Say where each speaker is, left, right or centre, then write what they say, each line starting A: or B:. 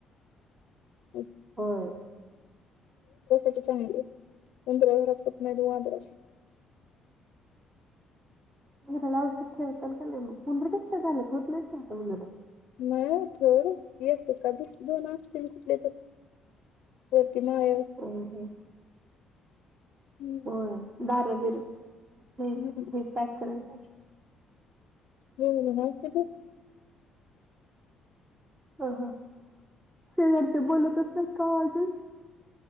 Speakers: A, on the left; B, on the right.
A: हम्
B: होय.
A: <unintelligible> चांगली उंदरा घरात कुठ नाय ते मांजर
B: उंदरा ला औषध ठेवतल का नाही मग उंदीर कस काय झालंत होत नाही क आता उंदरा
A: मग थोड <unintelligible> दोन असतील कुठले तर वरती माळ्यावर
B: हम्म हम्म.
A: हम्म.
B: होय दार बिर ही
A: हम्म
B: ही पॅक करायला पाहिजे
A: <unintelligible>
B: हा हा शेजारच्या बोलत असतात का हो अजून